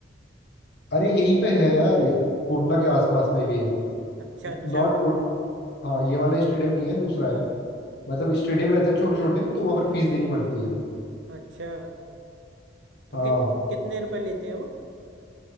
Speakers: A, on the left; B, on the right.
A: अरे यहीं पे है यार ये, कोटला के आसपास में भी है
B: अच्छा अच्छा
A: नॉट कोट हाँ ये वाला स्टेडियम नहीं है दूसरा है मतलब स्टेडियम रहते हैं छोटे छोटे तो वहां पर फीस देनी पड़ती है
B: अच्छा तो
A: हाँ
B: कि, कितने रुपए लेते हैं वो